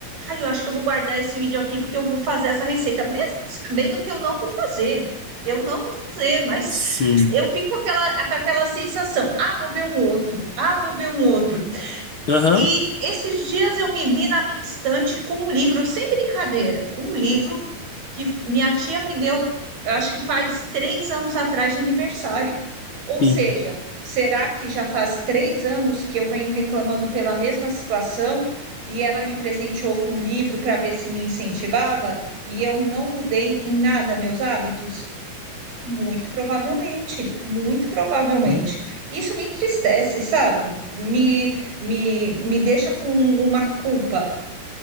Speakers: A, on the right; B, on the left.
A: ai, eu acho que eu vou guardar esse vídeo aqui porque eu vou fazer essa receita, mesmo sabendo que eu não vou fazer. Eu não vou fazer, mas
B: Sim.
A: eu fico com aquela, com aquela sensação, ah, vou ver um outro, ah, vou ver um outro.
B: Aham,
A: E esses dias eu me vi na minha estante com um livro, sem brincadeira, um livro que minha tia me deu, eu acho que faz três anos atrás de aniversário. Ou
B: sim.
A: seja, será que já faz três anos que eu venho reclamando pela mesma situação e ela me presenteou com um livro para ver se me incentivava e eu não mudei em nada meus hábitos? Muito provavelmente, muito provavelmente.
B: Uhum.
A: Isso me entristece, sabe? Me, me, me deixa com uma culpa